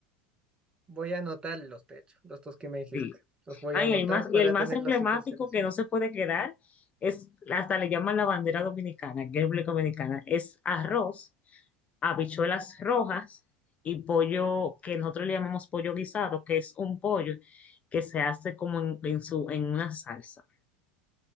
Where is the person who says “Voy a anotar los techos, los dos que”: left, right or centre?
Right